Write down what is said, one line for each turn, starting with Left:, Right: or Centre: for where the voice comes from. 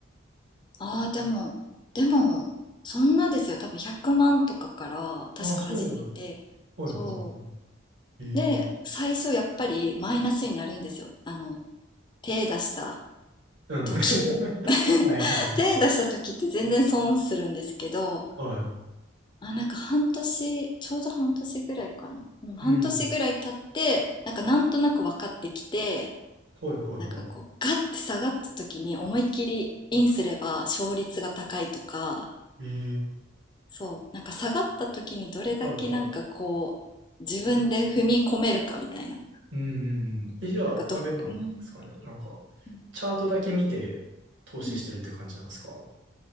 Left: ああ、でも、でも、そんなですよ。多分100万とかから、確か始めて、
Right: あ、そうなの。はいはい。
Left: そう。
Right: ええー
Left: で、最初やっぱりマイナスになるんですよ。あの、手出した
Right: うん。
Left: 時。
Right: <laughs>
Left: <laughs>
Right: はいはいはい。
Left: 手出した時って全然損するんですけど、
Right: は
Left: あ、なんか半年、ちょうど半年ぐらいかな。うん、半年ぐらい経って、
Right: い。うん。
Left: なんかなんとなく分かってきて、
Right: はいはいはい。
Left: なんかこう、ガッて下がった時に思いっきりインすれば勝率が高いとか、
Right: ええ
Left: そう、なんか下がった時にどれだけなんかこう、
Right: はいはい。
Left: 自分で踏み込めるかみたいな。
Right: うんうんうん。え、じゃあ、
Left: なんかど、
Right: あれなんですかね。
Left: うん、
Right: なんか、
Left: うん、
Right: チャートだけ見て投資してるって感じなんですか
Left: うん